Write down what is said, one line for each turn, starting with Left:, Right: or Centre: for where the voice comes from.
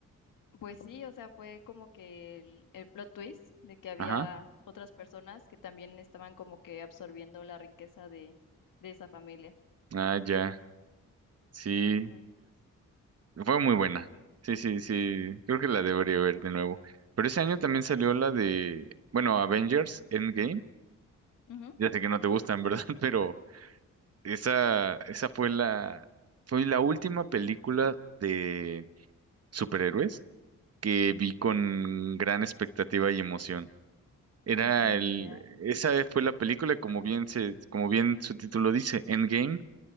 Left: Pues sí, o sea, fue como que el, el plot twist de que había
Right: Ajá.
Left: otras personas que también estaban como que absorbiendo la riqueza de, de esa familia.
Right: Ah, ya. Sí.
Left: Ujú.
Right: Fue muy buena. Sí, sí, sí. Creo que la debería ver de nuevo. Pero ese año también salió la de, bueno, Avengers Endgame.
Left: Ujú.
Right: Ya sé que no te gustan, ¿verdad? <laughs> Pero esa, esa fue la, fue la última película de superhéroes que vi con gran expectativa y emoción. Era
Left: Mm,
Right: el,
Left: ya.
Right: esa fue la película, como bien se, como bien su título dice, Endgame